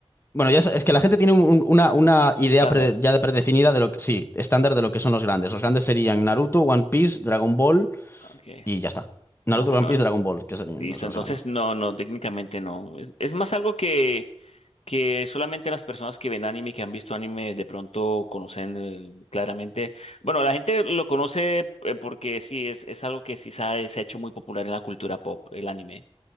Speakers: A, on the left; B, on the left.
A: Bueno, ya es, es que la gente tiene un- una, una idea
B: un estándar.
A: pre- ya de predefinida de lo que... Sí, estándar de lo que son los grandes. Los grandes serían Naruto, One Piece, Dragon Ball
B: Ok.
A: y ya está. Naruto,
B: Ah, bueno,
A: One Piece, Dragon Ball, que serían
B: listo.
A: los más
B: Entonces,
A: grandes.
B: no, no, técnicamente no. Es, es más algo que que solamente las personas que ven anime, que han visto anime, de pronto conocen eh, claramente. Bueno, la gente lo conoce eh, porque sí, es, es algo que sí se ha, se ha hecho muy popular en la cultura pop, el anime.